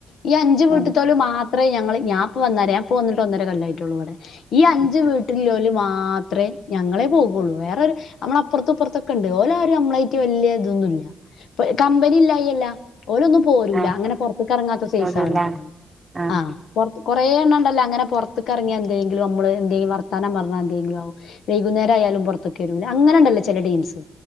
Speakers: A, on the left; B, on the right.
A: ഈ അഞ്ച് വീട്ടത്തോല്
B: ഉം
A: മാത്രം അത്രേ ഞങ്ങള് ഞാപ്പ വന്നേ ഞപ്പ വന്നിട്ട് ഒന്നേരെ കല്ലായിട്ടുള്ളൂ ഇവിടെ ഈ അഞ്ച്
B: ഉം
A: വീട്ടിൽലൊല് മാ അത്രേ ഞങ്ങളെ പോകുള്ളൂ വേറരു ത്റെ ഞങ്ങളെപോകുള്ളു അപ്പുറത്തപ്പുറത്തൊക്കെ ഉണ്ട് ഓല ആരും നമ്മളായിട്ട് വലിയ ഇതൊന്നുംല്ല പ്പ് കമ്പനി ഇല്ലായി ഇല്ല ഓലൊ ന്നും പോരൂല്ല
B: ആഹ്
A: അങ്ങനെ പുറത്തക്ക് ഇറങ്ങാത്ത സൈസ്
B: വീടില്ല
A: ആൾ ഉണ്ടാവ
B: ആഹ്
A: ആ പുറത്ത് കുറെ എണ് ഉണ്ടല്ലോ അങ്ങെറത്തേ ഇറങ്ങിയ എന്തെങ്കിലും നമ്മള് എന്തെങ്കും വർത്താനം പറഞ്ഞാ എന്തെങ്കിലും ആും വൈകുന്നേരം ആയാലും പുറത്തൊക്കെ വരും അങ്ങനെ ഉണ്ടല്ലോ ചെല ഡെീംസ്